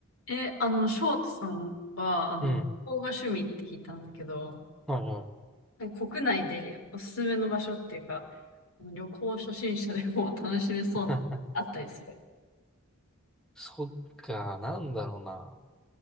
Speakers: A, on the left; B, in the centre.
A: え、あの、翔太さんは、あの、
B: うん。
A: 旅行が趣味って聞いたんだけど、
B: はいはい。
A: 国内でおすすめの場所っていうか、あの旅行初心者でも楽しめそうな、
B: <laughs>
A: あったりする。
B: そっか、なんだろうな。